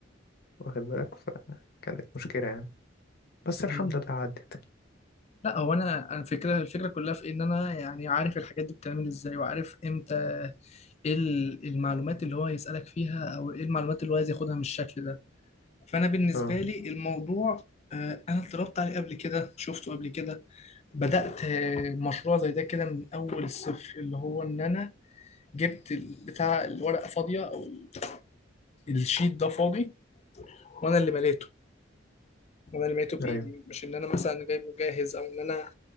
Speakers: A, on the left; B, on the left.
A: واخد بالك فكانت مشكلة يعني بس الحمد
B: مم.
A: لله عدت
B: لا هو انا انا الفكره الفكره كلها في إيه؟ ان انا يعني عارف الحاجات دي بتعمل ازاي وعارف امتى ايه ال- المعلومات اللي هو يسالك فيها او ايه المعلومات اللي هو عايز ياخدها من الشكل ده فانا بالنسبه
A: اه
B: لي الموضوع آه، انا اتدربت عليه قبل كده شفته قبل كده بدأت مشروع زي ده كده من أول الصفر اللي هو إن أنا جبت ال- بتاع الورقة فاضية أو ال- الشيت ده فاضي وأنا اللي مليته وأنا اللي مليته بإيدي
A: ايوه
B: مش إن أنا مثلا جايبه جاهز أو إن أنا